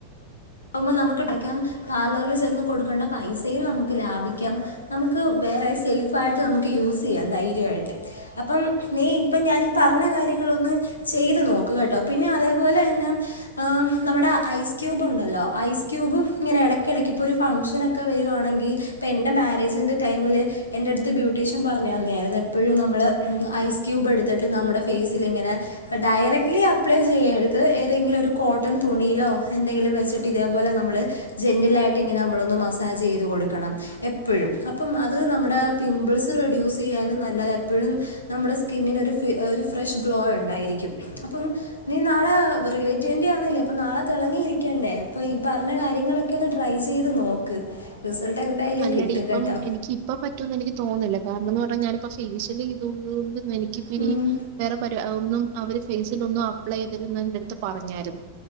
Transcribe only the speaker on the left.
ഇതാകുമ്പോ നമുക്ക് ഇടക്ക് പാർലറിൽ ചെന്ന് കൊടുക്കേണ്ട പൈസയും നമുക്ക് ലാഭിക്കാം നമുക്ക് <unintelligible> സേഫായിട്ട് നമുക്ക് യൂസ് ചെയ്യാം ധൈര്യമായിട്ട്. അപ്പം നീ ഇപ്പം ഞാനീ പറഞ്ഞ കാര്യങ്ങളൊ ന്ന് ചെയ്ത് നോക്ക്‌ കെട്ടോ. പിന്നെ അതേപോലെ തന്നെ നമ്മുടെ ഐസ്ക്യൂബ് ണ്ടല്ലോ. ഐസ് ക്യൂബും ഇങ്ങനെ ഇടയ്ക്കിടയ്ക്ക് ഇപ്പോ ഒരു ഫങ്ഷനൊക്കെ വരുവാണെങ്കിൽ ഇപ്പൊ എന്റെ മരേജിന്റെ ടൈം മുന്നേ എന്റടുത്തു ബ്യൂട്ടീഷ്യൻ പറഞ്ഞ് തന്നയായിരുന്നു എപ്പോഴും നമ്മള് ഐസ്ക്യൂബ് എടുത്തിട്ട് നമ്മടെ ഫേസില് ലിങ്ങനെ ഡയറക്ട്ലി അപ്ലൈ ചെയ്യരുത് ഏതെങ്കിലും ഒരു കോട്ടൺ തുണിയിലോ എന്തെങ്കിലും വെച്ച് <unintelligible> ഇതേ പോലെ നമ്മള് ജന്റില് ആയിട്ട് ഇങ്ങനെ മസ്സാജ് ചെയ്ത് കൊട്ക്കണം എപ്പഴും. അപ്പം അത് നമ്മുടെ പിമ്പ്ൾസ് റെഡ്യൂസ് ചെയ്യാനും നല്ലതാ. എപ്പഴും നമ്മുടെ സ്കിന്നിനൊരു ഒരു ഫ്രഷ് ഗ്ലോ എപ്പോഴും ഉണ്ടായിരിക്കും. അപ്പം നീ നാളെ റിലേറ്റീവിന്റെയാന്നല്ലേ അപ്പം നാളെ തിളങ്ങി നിക്കണ്ടേ ഇപ്പൊ ഈ പറഞ്ഞ കാര്യങ്ങളൊക്കെ ഒന്ന് ട്രൈ ചെയ്ത് നോക്ക് റിസൾട്ട് എന്തായാലും
കിട്ടും
കേട്ടോ
ഉം.